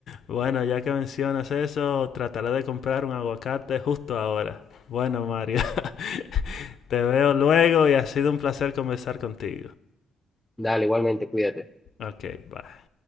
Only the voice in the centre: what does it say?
Dale, igualmente, cuídate.